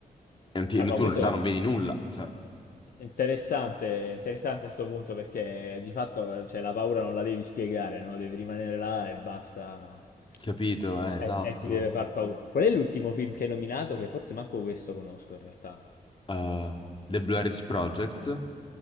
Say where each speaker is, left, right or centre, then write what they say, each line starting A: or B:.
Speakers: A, on the left (about 35°); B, on the left (about 70°).
A: e non ti-
B: Eh, ma
A: tu
B: questo
A: in realtà
B: è
A: non vedi nulla, cioè,
B: Interessante, interessante sto punto perché di fatto cioè, la paura non la devi spiegare, no? Devi rimanere là e basta.
A: capito? Eh, esatto.
B: E, e ti deve far paura. Qual è l'ultimo film che hai nominato? Che forse manco questo conosco in realtà.
A: Eh, The Blair Witch Project.